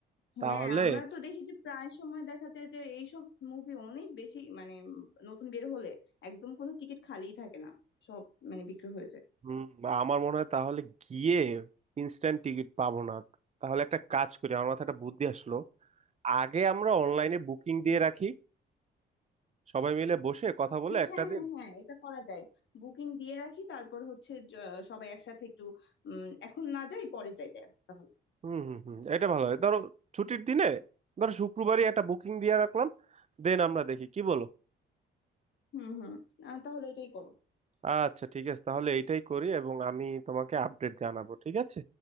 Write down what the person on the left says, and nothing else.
হ্যাঁ
আমরা তো দেখি যে প্রায় সময় দেখা যায় যে এইসব মুভি অনেক বেশি মানে উম, নতুন বের হলে একদম কোনো টিকিট খালিই থাকে না সব মানে বিক্রি হয়ে যায়
হ্যাঁ
হ্যাঁ হ্যাঁ
হ্যাঁ এটা করা যায় বুকিং দিয়ে রাখি তারপর হচ্ছে য- সবাই একসাথে একটু উম, এখন না যাই পরে যাই দেখ তাহলে
হুম হুম আহ, তাহলে এটাই করো